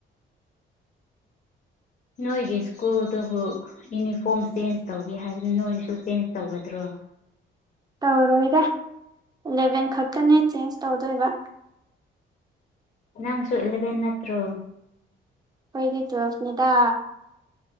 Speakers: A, on the left; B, on the right.
A: ꯅꯣꯏꯒꯤ ꯁ꯭ꯀꯨꯜ ꯗꯨꯕꯨ ꯌꯨꯅꯤꯐꯣꯔꯝ ꯆꯦꯟꯖ ꯇꯧꯒꯦ ꯍꯥꯏꯕꯅꯤ ꯅꯣꯏꯁꯨ ꯆꯦꯟꯖ ꯇꯧꯒꯗ꯭ꯔꯣ
B: ꯇꯧꯔꯣꯏꯗ ꯢꯂꯤꯕꯦꯟ ꯈꯛꯇꯅꯤ ꯆꯦꯟꯖ ꯇꯧꯗꯣꯏꯕ
A: ꯅꯪꯁꯨ ꯢꯂꯤꯕꯦꯟ ꯅꯠꯇꯔꯣ
B: ꯑꯩꯗꯤ ꯇꯌꯨꯂꯦꯞ ꯅꯤ ꯗꯥ